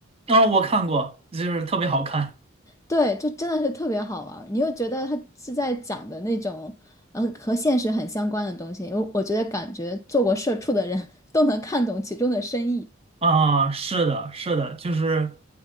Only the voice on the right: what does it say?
啊、我看过，就是特别好看
啊、是的，是的，就是。